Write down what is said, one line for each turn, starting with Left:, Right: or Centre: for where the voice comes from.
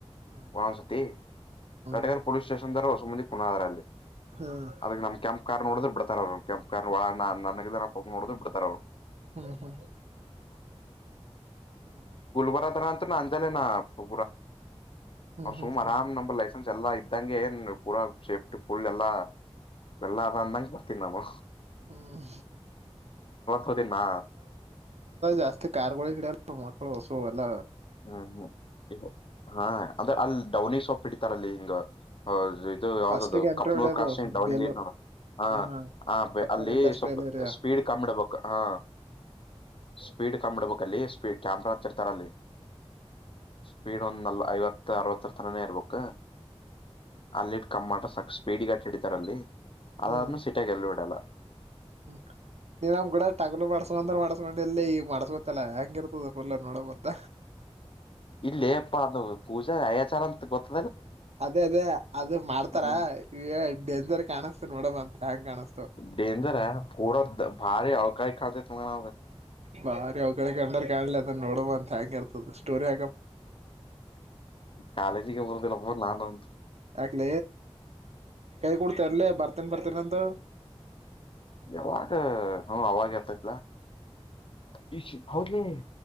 Right: ಹ್ಮ್
Left: ವರಸತಿ ರಟಗ
Right: ಹ್ಮ್
Left: ಪೊಸ್ ಸ್ಟೇಶನ್ ದ್ರ ವಸುಮತಿ ಪುನಃ ಹದಾರಲ್ಲಿ
Right: ಹ್ಮ್
Left: ಅದಕ್ಕೆ ನಮ ಕೆಂಪ ಕಾರ್ ನೋಡಿದ್ರ ಬಿ ಬಿಡ್ತಾರ ಅವ್ರು ಕೆಂಪ ಒ ನನ ನೋಡ ಬಿಡ್ತಾರ ಅವರು
Right: ಹ್ಮ ಹಾ ಹ್ಮ್
Left: ಬರಂತ ಅಂಜಾಲ ನ ಪೂ
Right: ಹ್ಮ್
Left: ಅವ
Right: ಹ್ಮ್
Left: ಸುಮ್
Right: ಹ್ಮ್
Left: ಆರಾಮ ನಂಬರ್ ಲಸ ಎಲ್ಲಾ ಇದ್ದಂಗೆ ಏನ್ ಪೂರಾ ಸೇಫ್ಟಿ ಕಫಲ್ ಎಲ್ಲಾ ಬೆಲ್ಲ ಅದ ಅಂದಂಗ ಬರ್ತೀನಿ ನಾವು
Right: ಹ್ಮ್
Left: ಹೋತೀನಿ ನಾ
Right: ಜಾಸ್ತಿ ಕಾರ್ಗಳ ಹಿಡಿಯಲ್ಲ ಮಕ್ಕಳು ಹೊಸು ಎಲ್ಲ
Left: ಹ್ಮ್ ಹ್ಮ್ ಹಾ ಅಂದ್ರೆ ಅಲ್ಲಿ ಡೌನಿ ಸೊಪ್ ಇಡ್ತಾರ ಅಲ್ಲಿ ಹಿಂಗ ಇದು ಯಾವ್ದದ್ದದು
Right: ಫಸ್ಟಿಗೆ ಎಂಟ್ರಿ
Left: ಕಪ್ನೂರ್
Right: ಹೊಡ್ಯೋದು
Left: ಕಾಾಸ ಅವಿಿಗೆೈ
Right: ಬೇಲೂರ್
Left: ನೋ ಹಾ
Right: ಹ ಹ
Left: ಆ
Right: ಕಪ್ಪನೂರ್
Left: ಅಲ್ಲಿ
Right: ಇಂಡಸ್ಟ್ರಿಯಲ್
Left: ಸ್ವಲ್ಪ
Right: ಏರಿಯಾ
Left: ಸ್ಪೀಡ್ ಕಮ್ಮ್ಿಡ್ಬೇಕು ಹಾ
Right: ಹ್ಮ್
Left: ಸ್ಪೀಡ್ ಕಮ್ಬಿಡ್ಬೇಕ ಅಲ್ಲಿ ಸ್ಪೀಡ್ ಕ್ಯಾಮ್ರಾ ಹತ್ತಿರ್ತಾರ ಅಲ್ಲಿ ಸ್ಪೀಡ್ ಒಂದ್ ನಲ್ವ ಐವತ್ತು ಅರವತ್ತರ್ ತನನೇ ಇರ್ಬೇಕ ಅಲ್ಲಿಟ್ಟ ಕಮ್ಮ್ ಮಾಡಟ್ರ ಸಾಕ ಸ್ಪೀಡ್ಗಟ್ಟ ಹಡಿತಾರ ಅಲ್ಲಿ ಅದಾದ್ಮೇಲೆ
Right: ಹ್ಮ್
Left: ಸಿಟಿಯಾಗ ಎಲ್ಲೂ ಇಡಲ್ಲ
Right: ಹ್ಮ ಹ್ಮ್ ನೀನ್ಮ್ ಕೂಡ ಟಗಲು ಮಾಡಸ್ಕೊಂಡಂದ್ರ ಮಾಡಸ್ಕೊಂಡ ಎಲ್ಲೇ ಈಗ ಮಾಡಸ್ಬತ್ತಲ್ಲ ಹೆಂಗ ಇರ್ತದ ಪಲ್ಲ ನೋಡಂತ
Left: ಇಲ್ಲೇಪ್ಪ ಅದು ಪೂಜಾ ಅಯಚಾರ ಅಂತ ಗೊತ್ತ
Right: ಅದೇ ಅದೇ ಅದು ಮಾಡ್ತಾರ
Left: ಹ್ಮ್
Right: ಈ ಡೇಂಜರ್ ಕಾಣಸ್ತ ನೋಡಮ ಅಂತ ಹೆಂಗ್ ಕಾಣಸ್ತ
Left: ಡೇಂಜರ್ ಕೂಡ ಭಾರಿ ಅಳ್ಕಾಯಿ ಕಾಣತೆೇತ್ ಮಂಗ ನಾವಾಗ
Right: ಬಾರಿ ಅವ್ ಕಡೆ ಕಂಡರ್ ಕಾಣಲಿ ಅದನ್ನ ನೋಡುವ ಅಂತ ಹೆಂಗ ಇರ್ತದ ಸ್ಟೋರಿ ಹಾಕ
Left: ಕಾಲಜಿ ಕಬರುದೆಲ್ಲಬರ ಲಾನಂತ
Right: ಯಾಕ್ಲ ಕೈ ಕೊಡ್ತರ್ಲ ಬರ್ತೇನ ಬರ್ತೇನಂತ
Left: ಯಾವಾಗ ಹ್ಮ ಅವವಾಗ ಯತತ್ಲ ಈ ಹೌದಲಿ